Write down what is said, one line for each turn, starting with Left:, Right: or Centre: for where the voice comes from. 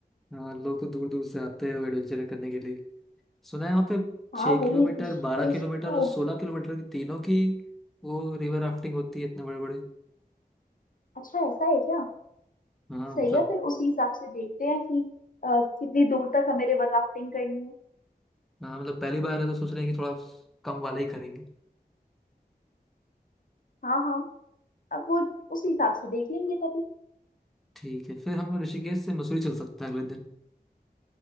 Centre: हाँ लोग तो दूर दूर से आते हैं वो एडवेंचर करने के लिए सुना है वहाँ पे
Left: हाँ
Centre: छः
Left: वही
Centre: किलोमीटर
Left: ऋषिकेश
Centre: बारह किलोमीटर
Left: तो
Centre: और सोलह किलोमीटर की तीनों की वो रिवर राफ्टिंग होती है इतने बड़े बड़े
Left: अच्छा ऐसा है क्या
Centre: हाँ
Left: सही
Centre: मतलब
Left: है फिर उसी हिसाब से देखते हैं कि अ, कितनी दूर तक हमें रिवर राफ्टिंग करनी है
Centre: हाँ मतलब पहली बार है तो सोच रहे हैं कि थोड़ा कम वाला ही करेंगे
Left: हाँ हाँ अब वो उसी हिसाब से देख लेंगे तभी
Centre: ठीक है फिर हम लोग ऋषिकेश से मसूरी चल सकते हैं अगले दिन